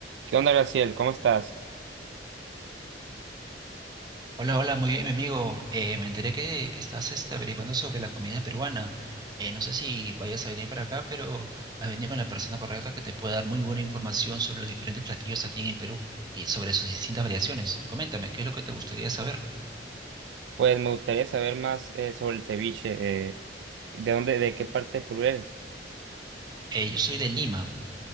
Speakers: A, on the right (about 85°); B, on the right (about 25°).
A: ¿Qué onda, Graciel? ¿Cómo estás?
B: Hola, hola, muy bien, mi amigo. Eh, me enteré que estás este, averiguando sobre la comida peruana. Eh, no sé si vayas a venir para acá, pero has venido con la persona correcta que te puede dar muy buena información sobre los diferentes platillos aquí en el Perú y sobre sus distintas variaciones. Coméntame, ¿qué es lo que te gustaría saber?
A: Pues me gustaría saber más eh, sobre el ceviche. eh, ¿de dónde, de qué parte de Perú eres?
B: Eh, yo soy de Lima.